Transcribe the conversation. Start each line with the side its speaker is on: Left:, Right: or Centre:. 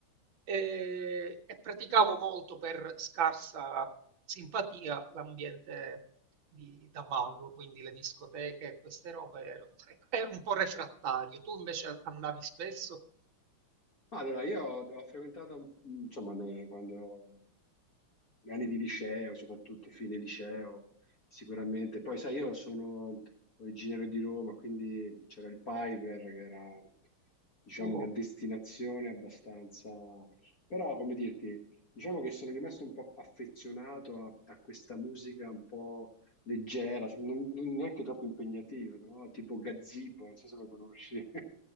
Right: E, e praticavo molto per scarsa simpatia l'ambiente di- da ballo, quindi le discoteche e queste robe, ero, ecco, ero un po' refrattario. Tu invece andavi spesso?
Left: Ma Allora, io ho, ho frequentato, un- insomma, ne- quando gli anni di liceo, soprattutto fine liceo, sicuramente. Poi, sai, io sono originario di Roma, quindi c'era il Piper, che era, diciamo,
Right: Oh.
Left: una destinazione abbastanza... Però, come dirti, diciamo che sono rimasto un po' affezionato a, a questa musica un po' leggera, cioè, non, non neanche troppo impegnativa, no? Tipo Gazebo, non so se lo conosci. <laughs>